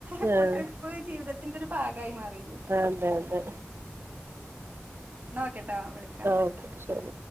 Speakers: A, on the right; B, on the right.
A: ഇപ്പൊ
B: ആഹ്
A: ട്രിപ്പ് ജീവിതത്തിന്റെ ഒരു ഭാഗമായി മാറില്ലേ
B: അതെ അതെ
A: നോ കേട്ടാ വിളിക്കാം
B: ഓക്കെ ശരി